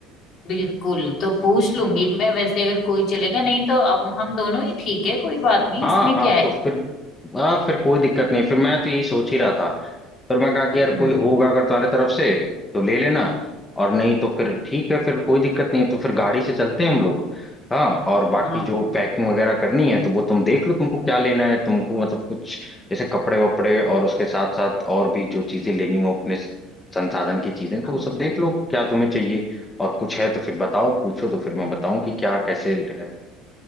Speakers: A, on the left; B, on the left.
A: बिल्कुल तो पूछ लूंगी मैं वैसे अगर कोई चलेगा नहीं तो अब हम दोनों ही ठीक है कोई बात नहीं
B: हाँ
A: इसमें
B: हाँ
A: क्या है
B: तो फिर हाँ फिर कोई दिक्कत नहीं फिर मैं तो यही सोच ही रहा था फिर मैं कहा कि
A: हम्म
B: यार कोई होगा अगर तुम्हारे तरफ से तो ले लेना और नहीं तो फिर ठीक है फिर कोई दिक्कत नहीं है तो फिर गाड़ी से चलते हैं हम लोग हाँ और
A: हाँ
B: बाकी जो पैकिंग वगैरह करनी है तो वो तुम देख लो तुमको क्या लेना है तुमको मतलब कुछ जैसे कपड़े वपड़े और उसके साथ साथ और भी जो चीजें लेनी हो अपने संसाधन की चीजें तो
A: हाँ।
B: वो सब देख लो क्या तुम्हें चाहिए और कुछ है तो फिर बताओ पूछो तो फिर मैं बताऊं कि क्या कैसे है